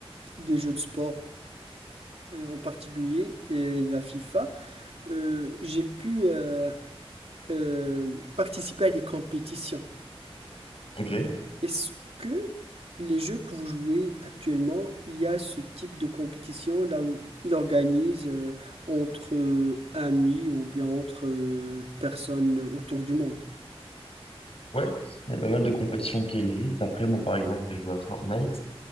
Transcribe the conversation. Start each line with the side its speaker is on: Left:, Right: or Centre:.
Right: des jeux de sport euh, en particulier euh, la FIFA, euh, j'ai pu euh, euh, participer à des compétitions.
Left: Ok.
Right: Est-ce que les jeux que vous jouez actuellement, il y a ce type de compétition là où il organise euh, entre euh, amis ou bien entre euh, personnes autour du monde?
Left: Ouais, il y a pas mal de compétitions qui existent. Après, moi, par exemple, j'ai joué à Fortnite.